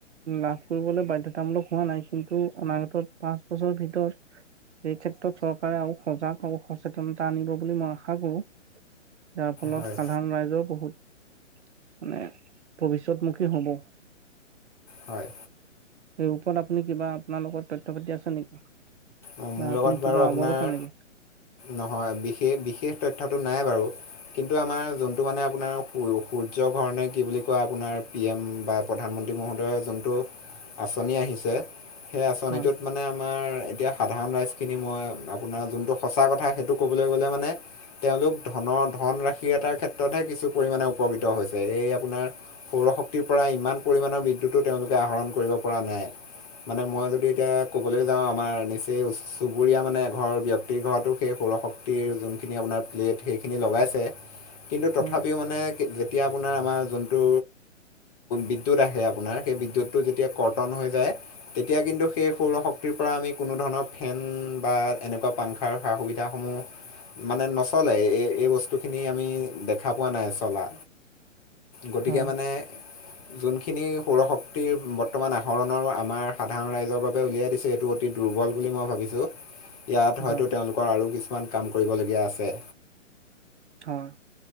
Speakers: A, on the right; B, on the left.
A: লাভ কৰিবলৈ বাধ্যতামূলক হোৱা নাই কিন্তু অনাগত পাঁচ বছৰৰ ভিতৰত এই ক্ষেত্ৰত চৰকাৰে আৰু সজাগ আৰু সচেতনতা আনিব বুলি মই আশা কৰো যাৰ ফলত
B: হয়।
A: সাধাৰণ ৰাইজৰ বহুত মানে ভৱিষ্যতমুখী হ'ব সেই
B: হয়,
A: ওপৰত আপুনি কিবা আপোনাৰ লগত তথ্য়্য পাতি আছে নেকি
B: অঁ মোৰ
A: বা আপুনি
B: লগত
A: কিবা
B: বাৰু আপোনাৰ
A: অৱগত নেকি
B: নহয় বিশষ বিশেষ তথ্য নাই বাৰু কিন্ত আমাৰ টো মানে আপোনাৰ স সূৰ্য ঘৰণে কি বুলি কোৱা আপোনাৰ পি এম বা প্ৰধানমন্ত্ৰী মহোদয়ৰ যোনটো আঁচনি আহিছে সেই আঁচনিটোত
A: হয়
B: মানে আমাৰ এতিয়া সাধাৰণ ৰাইজখিনি মই আপোনাৰ যোনটো সঁচা কথা সেইটো ক'বলৈ গ'লে মানে তেওঁলোক ধনৰ ধনৰাশি এটাৰ ক্ষেত্ৰতহে কিছু পৰিমাণে উপকৃত হৈছে এই আপোনাৰ সৌৰশক্তিৰ পৰা ইমান পৰিমাণৰ বিদ্যুতো তেওঁলোকে আহৰণ কৰিব কৰা নাই মানে মই যদি এতিয়া ক'বলৈ যাওঁ আমাৰ সেই চুবুৰীয়া মানে ঘৰৰ ব্যক্তিৰ ঘৰতো সেই সৌৰশক্তিৰ যোনখিনি আপোনাৰ প্লেট সেইখিনি লগাই তে কিন্তু তথাপিও
A: হয়
B: মানে যেতিয়া আপোনাৰ আমাৰ যোনটো বিদ্যুৎ আহে আপোনাৰ সেই বিদ্যুৎটো যেতিয়া কৰ্তন হৈ যায় তেতিয়া কিন্তু সেই সৌৰশক্তিৰ পৰা আমি কোনোধৰণৰ ফেন বা এনেকুৱা পাংখাৰ সা- সুবিধাসমূহ মানে নচলে এই এই বস্তুখিনি আমি দেখা পোৱা নাই চলা গতিকে
A: হয়
B: মানে যোনখিনি সৌৰশক্তিৰ বৰ্তমান আহৰণৰ আমাৰ সাধাৰণ ৰাইজৰ বাবে উলিয়াই দিছে এইটো অতি দুৰ্বল মই ভাবিছো ইয়াত হয়তো
A: হয়
B: তেওঁলোকৰ আৰু কিছুমান কাম কৰিব লগিয়া আছে
A: হয়